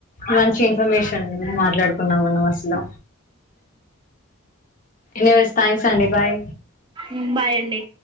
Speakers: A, on the left (about 40°); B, on the right (about 20°).
A: మంచి ఇన్ఫర్మేష తన గురించే మాట్లాడుకున్నాం మన మసల యస్ థాంక్స్ అండి బాయ్
B: ఊ బాయ్ అండి